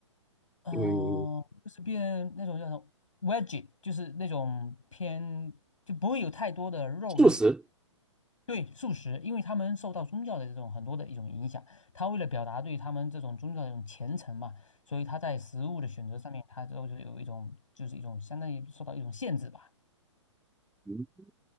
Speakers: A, on the left (about 85°); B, in the centre.
A: 哦，
B: 嗯，
A: 就是变那种叫什么 veggie，就是那种偏就不会有太多的肉类，
B: 素食，
A: 对，素食，因为他们受到宗教的这种很多的一种影响，他为了表达对他们这种宗教的这种虔诚嘛，所以他在食物的选择上面，他就就有一种就是一种相当于受到一种限制吧，
B: 嗯